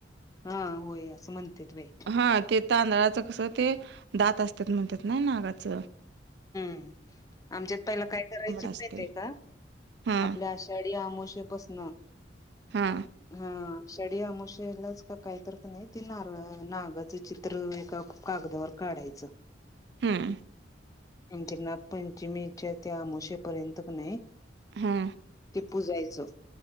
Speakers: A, on the left; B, on the right.
A: हा होय असं म्हणतेत बय
B: हा ते तांदळाचं कसं ते दात असत्यात म्हणत्यात नाइ नागाच
A: हं आमच्यात पहिला काय करायचीत
B: असतोय.
A: माहीतीय का?
B: हा
A: आपल्या आषाढी आमावश्ये पस न
B: हा.
A: हा शडी आमवशेलाच का काहीतर का नाही ती नारळ नागाच चिर - त्र एका कागदावर काढायचं.
B: हम्.
A: आण ते नागपंचमीच्या त्या आमोशेपर्यंत क नाही
B: हा.
A: ते पुजायचं.